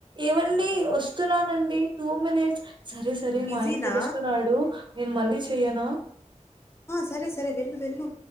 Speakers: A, on the right (about 40°); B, on the left (about 20°).
A: ఏమండి వస్ స్తున్నానండి టూ మినిట్స్ సరే సరే
B: బిజీనా
A: మా ఆయన పిలుస్తున్నాడు నేను మళ్ళీ చెయ్యనా?
B: సరే సరే వెళ్ళు వెళ్ళు.